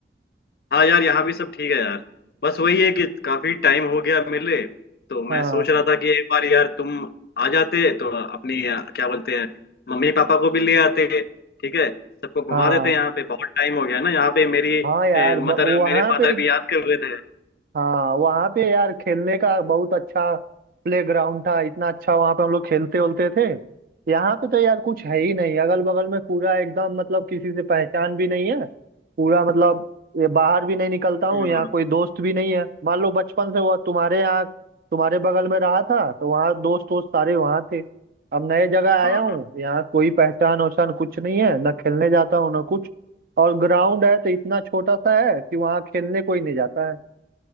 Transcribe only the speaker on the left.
हाँ यार यहाँ भी सब ठीक है यार बस वही है कि काफी टाइम हो गया मिले तो मैं
सोच रहा था कि एक बार यार तुम आ जाते तो अपनी अ, क्या बोलते हैं मम्मी पापा को भी ले आते ठीक है सबको घुमा
देते यहाँ पे बहुत टाइम हो गया ना यहाँ पे मेरी
मदर
मेरे फादर
भी याद कर रहे थे
हम्म
हम्म
हम्म,